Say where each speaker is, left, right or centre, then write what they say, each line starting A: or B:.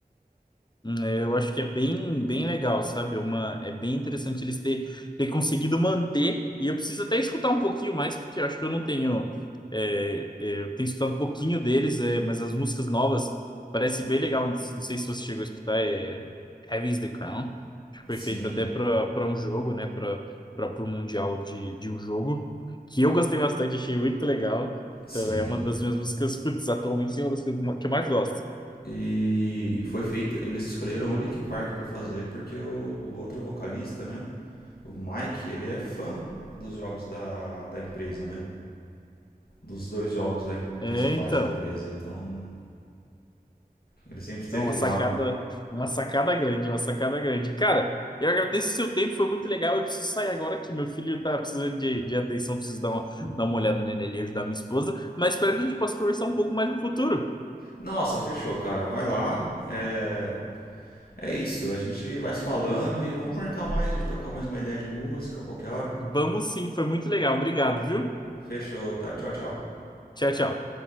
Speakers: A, on the left; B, on the left.
A: Hum, É, eu acho que é bem, bem legal, sabe? É Uma, é bem interessante eles ter, ter conseguido manter, e eu preciso até escutar um pouquinho mais, porque eu acho que eu não tenho. é, é, eu tenho escutado um pouquinho deles, é, mas as músicas novas parece bem legal. Não sei se você chegou a escutar, é Heavy is the Crown, que foi
B: Sim,
A: feito até para para um jogo, né? Para para o Mundial de, de um jogo, que eu gostei bastante, achei muito legal.
B: sim.
A: Então, é uma das minhas músicas, putz, atualmente, sim, é uma das que eu que eu mais gosto.
B: E foi feito, eles escolheram o Linkin Park para fazer porque o, o outro vocalista, né, o Mike, ele é fã dos jogos da, da empresa, né? Dos dois jogos da
A: É,
B: principais
A: então.
B: da empresa, então ele sempre esteve
A: Não, uma
B: lá.
A: sacada, uma sacada grande, uma sacada grande. Cara, eu agradeço o seu tempo, foi muito legal. Eu preciso sair agora que meu filho tá precisando de, de atenção, preciso dar uma, dar uma olhada nele ali, ajudar minha esposa. Mas espero que a gente possa conversar um pouco mais no futuro.
B: Nossa, fechou, cara. Vai lá. É, é isso. A gente vai se falando e vamos marcar mais de trocar mais uma ideia de música a qualquer hora.
A: Vamos sim, foi muito legal. Obrigado, viu?
B: Fechou, tá? Tchau, tchau.
A: Tchau, tchau.